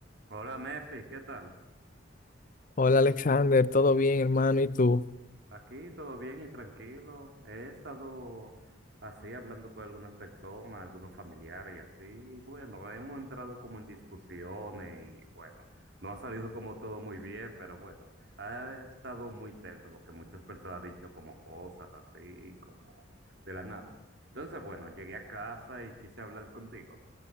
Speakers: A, on the right; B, on the left.
A: Hola Mefi, ¿qué tal?
B: Hola Alexander, ¿todo bien, hermano? ¿Y tú?
A: Aquí todo bien y tranquilo. He estado así hablando con algunas personas, algunos familiares y así. y Bueno, hemos entrado como en discusiones y bueno, no ha salido como todo muy bien, pero bueno, ha estado muy tenso porque muchas personas han dicho como cosas así, como de la nada. Entonces, bueno, llegué a casa y quise hablar contigo.